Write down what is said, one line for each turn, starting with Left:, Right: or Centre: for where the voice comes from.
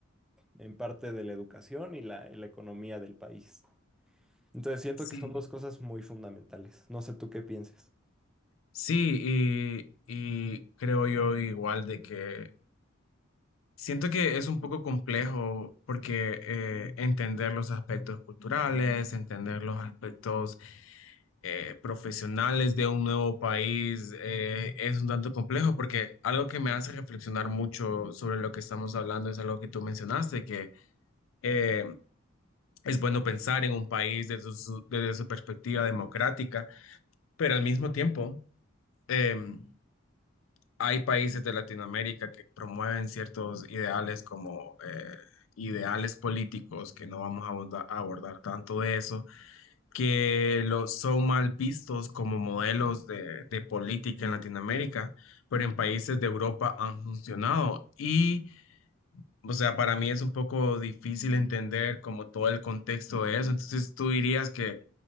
Centre: en parte de la educación y la, y la economía del país. Entonces siento
Left: Sí.
Centre: que son dos cosas muy fundamentales. No sé tú qué pienses.
Left: Sí, y, y creo yo igual de que Siento que es un poco complejo porque eh, entender los aspectos culturales, entender los aspectos eh, profesionales de un nuevo país eh, es un tanto complejo porque algo que me hace reflexionar mucho sobre lo que estamos hablando es algo que tú mencionaste, que eh, es bueno pensar en un país desde su, desde su perspectiva democrática, pero al mismo tiempo... em, hay países de Latinoamérica que promueven ciertos ideales como eh, ideales políticos, que no vamos a aborda- a abordar, tanto de eso, que lo, son mal vistos como modelos de, de política en Latinoamérica, pero en países de Europa han funcionado. Y, o sea, para mí es un poco difícil entender como todo el contexto de eso. Entonces, tú dirías que...